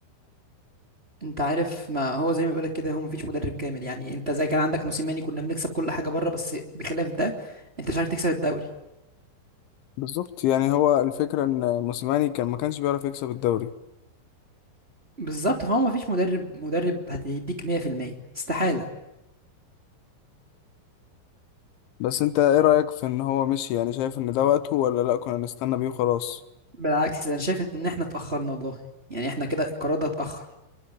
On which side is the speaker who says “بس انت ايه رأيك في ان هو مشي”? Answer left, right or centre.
Left